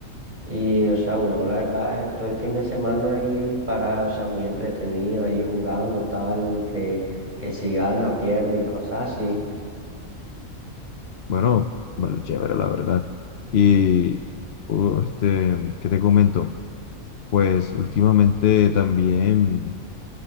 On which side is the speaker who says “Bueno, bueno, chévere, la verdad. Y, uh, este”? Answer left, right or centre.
Left